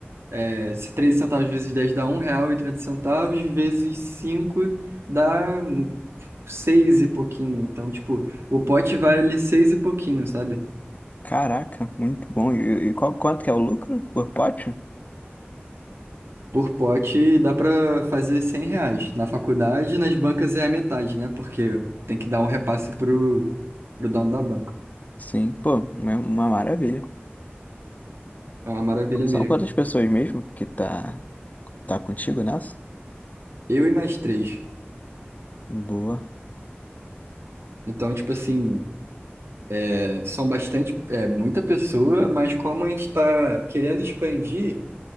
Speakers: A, on the right (about 80°); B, on the left (about 40°).
A: é, se 13 centavos vezes 10 dá um real e trinta centavos vezes 5 dá um- 6 e pouquinho. Então, tipo, o pote vale 6 e pouquinho, sabe?
B: Caraca, muito bom. E, e qual, quanto que é o lucro por pote?
A: Por pote dá para fazer 100 reais. Na faculdade, nas bancas é a metade, né? Porque tem que dar um repasse pro, pro dono da banca.
B: Sim, pô, uma, uma maravilha.
A: É uma maravilha
B: São
A: mesmo.
B: quantas pessoas mesmo que tá, tá contigo nessa?
A: Eu e mais três.
B: Boa.
A: Então, tipo assim, é, são bastante, é muita pessoa, mas como a gente está querendo expandir.